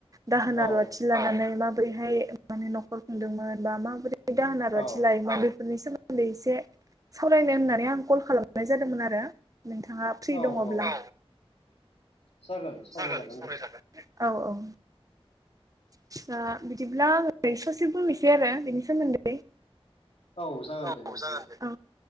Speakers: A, on the right; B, on the left.
A: दाहोन
B: औ
A: रुवाथि लानानै माबोरैहाय माने न'खर खुंदोंमोन बा माबोरै दाहोन रुवाथि
B: औ
A: लायोमोन बेफोरनि सोमो उन्दै एसे सावरायनो होननानै आं कल खालामनाय जादोंमोन आरो नोंथाङा फ्रि
B: औ
A: दङब्ला
B: औ जागोन सावरायजागोन
A: जागोन सावरायजागोन
B: दे
A: औ औ दा बिदिब्ला आङो ससे बुंनोसै आरो बेनि सोमोन्दै
B: औ जागोन
A: औ
B: दे नोंथां
A: जागोन दे औ